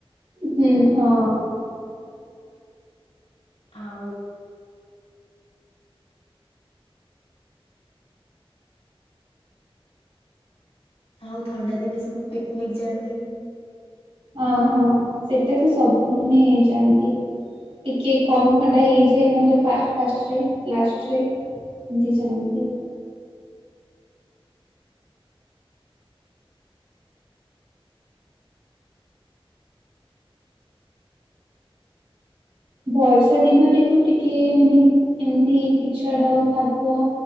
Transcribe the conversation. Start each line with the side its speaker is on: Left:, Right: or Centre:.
Right: ହୁଁ ହଁ।
Left: ଆଉ ଆଉ ଥଣ୍ଡା ଦିନେ ସବୁ ପିକନିକ ଯାଆନ୍ତି।
Right: ହଁ ହଁ ସେଟା ସେ ସବୁ ମାନେ ଯାଆନ୍ତି। ଟିକେ କମ ଥଣ୍ଡା ହେଇଯାଏ ନହେଲେ ଫାଷ୍ଟ ଫାଷ୍ଟରେ ଲାଷ୍ଟରେ। ଏମିତି ଜାଣନ୍ତି। ବର୍ଷା ଦିନରେ ତୁ ଟିକେ ମାନେ ଏମିତି କିଛାଡ ଖାବ